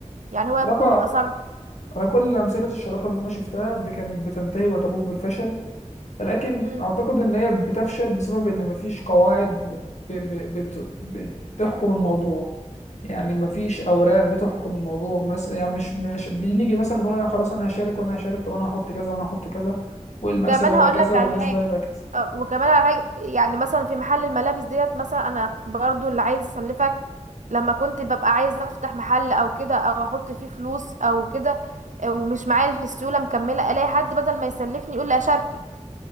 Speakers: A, on the right; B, on the left.
A: يعني هو
B: شراكة
A: ممكن يبقى صعب
B: أنا كل أمثلة الشراكة اللي أنا شفتها ب- كانت بتنتهي وتبوء بالفشل لكن
A: مم.
B: أعتقد إن هي بتفشل بسبب إن مفيش قواعد و- ب- ب- بت- بتحكم الموضوع يعني مفيش اوراق بتحكم الموضوع مثلا يعني مش مش بنيجي مثلا نقول أنا خلاص انا هشارك وانا هشارك طب انا هحط كذا وانا هحط كذا والمكسب
A: وكمان
B: هيبقى
A: هقول
B: كذا
A: لك
B: والنسبه
A: على حاجه
B: هيبقى كذا
A: اه وكمان على حاجه يعني مثلا في محل الملابس ديت مثلا انا برضو اللي عايز اسلفك لما كنت ببقى عايزه افتح محل او كده او احط فيه فلوس او كده اه ومش معايا السيوله مكمله الاقي حد بدل ما يسلفني يقول لي اشاركك